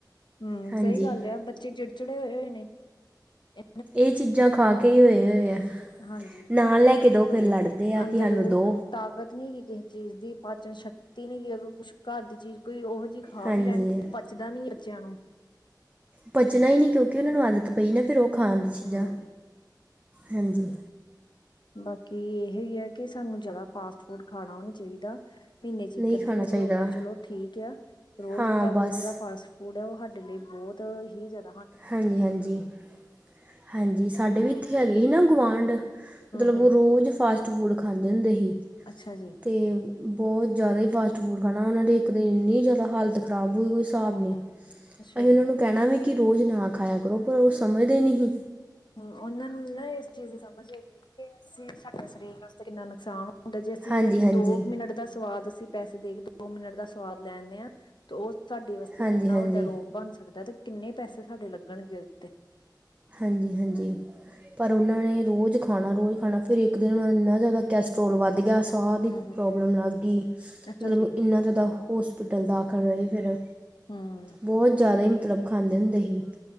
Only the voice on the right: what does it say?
ਹਾਂਜੀ
ਇਹ ਚੀਜ਼ਾਂ ਖਾ ਕੇ ਹੀ ਹੋਏ-ਹੋਏ ਅ।
ਨਾ ਲੈ ਕੇ ਦੋ
ਫਿਰ ਲੜਦੇ ਆ
ਕਿ ਸਾਨੂੰ ਦੋ।
ਹਾਂਜੀ
ਪਚਣਾ ਹੀ ਨਹੀਂ ਕਿਉਂਕਿ ਉਹਨਾਂ ਨੂੰ ਆਦਤ ਪਈ ਨਾ ਫਿਰ ਉਹ ਖਾਣ ਦੀ ਚੀਜ਼ਾਂ
ਹਾਂਜੀ।
ਨਹੀਂ
ਖਾਣਾ
ਚਾਹੀਦਾ
ਹਾਂ
ਬਸ
ਹਾਂਜੀ-ਹਾਂਜੀ-ਹਾਂਜੀ ਸਾਡੇ
ਵੀ ਇੱਥੇ ਹੈ ਸੇਰੀ ਨਾ ਗੁਆਂਢ ਮਤਲਬ
ਉਹ ਰੋਜ਼ ਫਾਸਟ ਫੂਡ ਖਾਂਦੇ ਹੁੰਦੇ ਸੀ
ਤੇ ਬਹੁਤ ਜ਼ਿਆਦਾ ਹੀ ਫਾਸਟ ਫੂਡ ਖਾਣਾ ਉਹਨਾਂ ਦੀ ਇੱਕ ਦਿਨ ਇੰਨੀ ਜ਼ਿਆਦਾ ਹਾਲਤ ਖਰਾਬ ਹੋਈ ਸੀ। ਹਿਸਾਬ
ਨਹੀਂ,
ਅਸੀਂ
ਉਹਨਾਂ ਨੂੰ ਕਹਿਣਾ ਵੀ ਕਿ ਰੋਜ਼ ਨਾ ਖਾਇਆ ਕਰੋ ਪਰ ਉਹ ਸਮਝਦੇ ਨਹੀਂ ਹੀ।
ਹਾਂਜੀ ਹਾਂਜੀ
ਹਾਂਜੀ
ਹਾਂਜੀ
ਹਾਂਜੀ-ਹਾਂਜੀ ਪਰ ਉਹਨਾਂ ਨੇ ਰੋਜ਼ ਖਾਣਾ ਰੋਜ਼ ਖਾਣਾ ਫਿਰ ਇੱਕ ਇੱਕ ਦਿਨ ਉਹਨਾਂ ਦਾ ਇੰਨਾ ਜ਼ਿਆਦਾ ਕੈਸਟਰੋਲ ਵੱਧ ਗਿਆ ਸਾਹ ਦੀ
ਪ੍ਰੋਬਲਮ ਲੱਗ ਗੀ।
ਮਤਲਬ
ਇੰਨਾ ਜ਼ਿਆਦਾ ਹੋਸ ਪਿਟਲ ਦਾਖਲ ਰਹੀ ਫਿਰ
ਬਹੁਤ ਜ਼ਿਆਦਾ ਹੀ ਮਤਲਬ ਖਾਂਦੇ ਹੁੰਦੇ ਸੀ